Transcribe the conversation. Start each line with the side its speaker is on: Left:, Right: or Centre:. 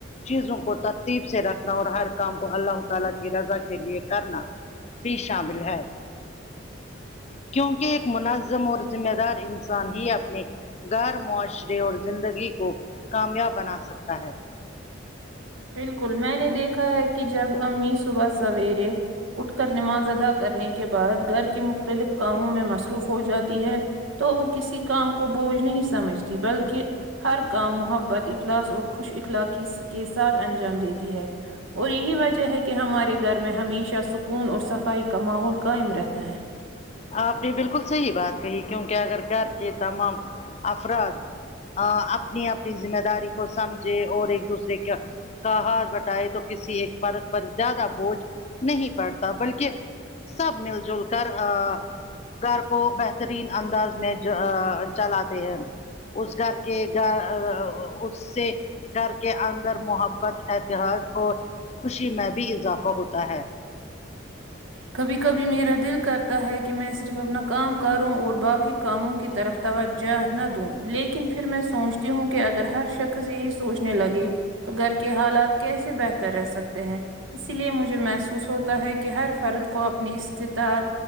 Left: چیزوں کو ترتیب سے رکھنا اور ہر کام کو اللہ تعالی کی رضا کے لیے کرنا بھی شامل ہے کیونکہ ایک منظم اور ذمہ دار انسان ہی اپنے گھر معاشرے اور زندگی کو کامیاب بنا سکتا ہے
Right: بالکل میں نے دیکھا ہے کہ جب امی صبح سویرے اٹھ کر نماز ادا کرنے کے بعد گھر کے مختلف کاموں میں مصروف ہو جاتی ہے تو وہ کسی کام کو بوجھ نہیں سمجھتی بلکہ ہر کام محبت اخلاص اور خوش اخلاق سے سات انجام دیتی ہے اور یہی وجہ ہے کہ ہمارے گھر میں ہمیشہ سکھ سکون اور صفائی کا ماحول قائم رہتا ہے
Left: آپ نے بالکل صحیح بات کہی کیونکہ اگر گھر کے تمام افراد اپنی اپنی ذمہ داری کو سمجھے اور ایک دوسرے کا کا ہاتھ بٹائے تو کسی ایک پرت پر زیادہ بوجھ نہیں پڑتا بلکہ سب مل جل کر ہاں گھر کو بہترین انداز میں جا چلاتے ہیں اس گھر کے گھر اس سے گھر کے اندر محبت احترج اور خوشی میں بھی اضافہ ہوتا ہے <inaudible>
Right: کبھی کبھی میرا دل کرتا ہے کہ میں صرف اپنا کام کروں اور باقی کاموں کی طرف توجہ نہ دوں لیکن پھر میں سوچتی ہوں کہ اگر ہر شخص یہی سوچنے لگے تو گھر کے حالات کیسے بہتر رہ سکتے اسی لیے مجھے محسوس ہوتا ہے کہ ہر فرد کو اپنی استطاعت